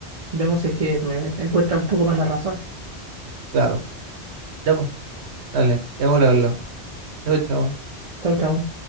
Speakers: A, on the right; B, on the right.
A: vemos si es que me encuentra un poco más la razón.
B: Claro. Ya pues, dale, ya pues, le hablar. Chao, chao.
A: Chau, chau.